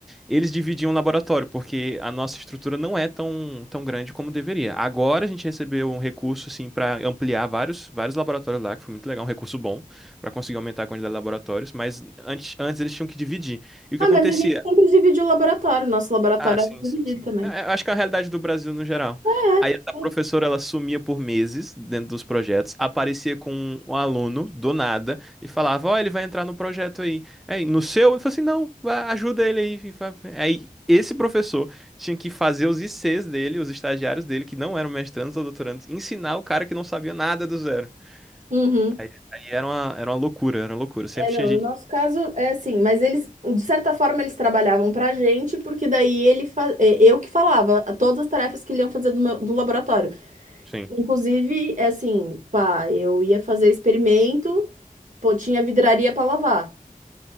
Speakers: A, in the centre; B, on the right.
A: eles dividiam o laboratório, porque a nossa estrutura não é tão, tão grande como deveria. Agora a gente recebeu um recurso, assim, para ampliar vários, vários laboratórios lá, que foi muito legal, um recurso bom, para conseguir aumentar a quantidade de laboratórios, mas antes, antes eles tinham que dividir. E o
B: Ah,
A: que acontecia?
B: mas a gente sempre dividiu o laboratório. Nosso laboratório
A: Ah, sim,
B: era dividido
A: sim, sim.
B: também.
A: Não, é, eu acho que é a realidade do Brasil no geral.
B: É.
A: Aí essa
B: é.
A: professora, ela sumia por meses dentro dos projetos, aparecia com um um aluno do nada e falava: Ó, ele vai entrar no projeto aí. Aí no seu, ele falou assim: Não, vá, ajuda ele aí. E fa- Aí esse professor tinha que fazer os ICs dele, os estagiários dele, que não eram mestrandos ou doutorandos, ensinar o cara que não sabia nada do zero.
B: Uhum.
A: Aí, aí era uma, era uma loucura, era uma loucura. Sempre
B: É, não,
A: tinha gente.
B: no nosso caso é assim, mas eles, de certa forma, eles trabalhavam pra gente, porque daí ele fa- é, eu que falava todas as tarefas que ele iam fazer do, meu- do laboratório.
A: Sim.
B: Inclusive, é assim, pá, eu ia fazer experimento, pô, tinha vidraria pra lavar.